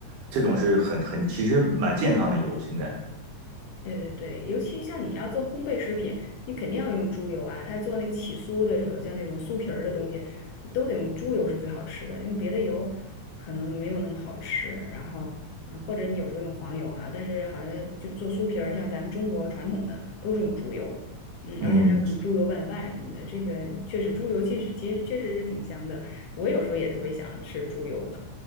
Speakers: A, on the right; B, on the left.
A: 这种是很很其实蛮健康的油，现在
B: 对对对，尤其像你要做烘焙食品，你肯定要用猪油啊。他做那个起酥的时候，像那种酥皮儿的东西，都得用猪油是最好吃的，用别的油可能没有那么好吃。然后啊，或者你有时候用黄油哈，但是好像就做酥皮儿，像咱们中国传统的都是用猪油，嗯，
A: 嗯。
B: 而且还有什么猪油拌饭什么的，这个确实猪油其实其实确实是挺香的。我有时候也特别想吃猪油。